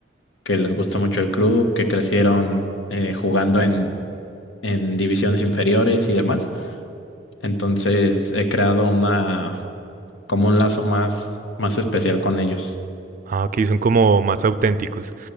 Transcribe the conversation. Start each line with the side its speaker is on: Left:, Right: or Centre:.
Left: que les gusta mucho el club, que crecieron eh, jugando en, en divisiones inferiores y demás. Entonces he creado una como un lazo más, más especial con ellos.
Right: Ah, ok, son como más auténticos.